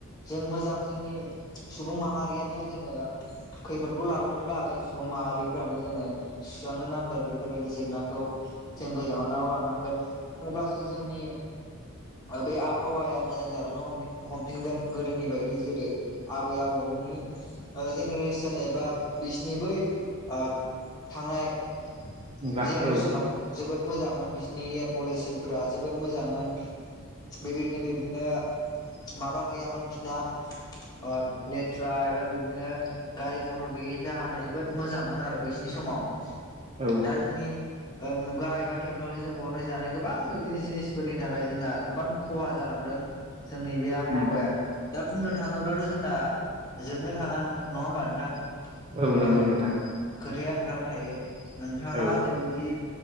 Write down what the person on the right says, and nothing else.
मुगा
औ
औ
उम
औ
नंगौ नोंथां।
औ